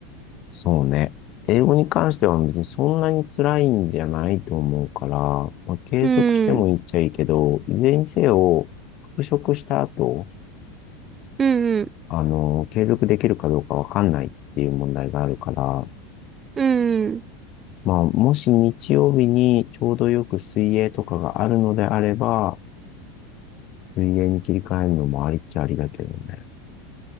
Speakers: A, on the left (about 45°); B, on the right (about 25°).
A: そうね。英語に関しては別にそんなに辛いんじゃないと思うから、まあ、継続してもいいっちゃいいけど、
B: うん。
A: いずれにせよ、復職した後、
B: うん。
A: あの、継続できるかどうかわかんないっていう問題があるから、
B: うん。
A: まあ、もし日曜日にちょうどよく水泳とかがあるのであれば、水泳に切り替えるのもありっちゃありだけどね。